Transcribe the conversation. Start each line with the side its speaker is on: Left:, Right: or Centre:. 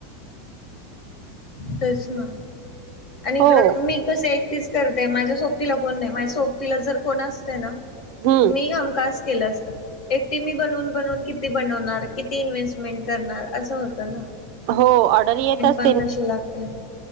Left: तच ना आणि इकडं
Right: हो
Left: मी कसं एक तेच करते माझ्या सुट्टीला माझ्या सोबतीला जर कोणी असतं ना
Right: हम्म
Left: असा एकटीने बनवून किती बनवणार किती इन्व्हेस्टमेंट करणार असं होतं ना
Right: हो ऑर्डर येतच
Left: पशी लागते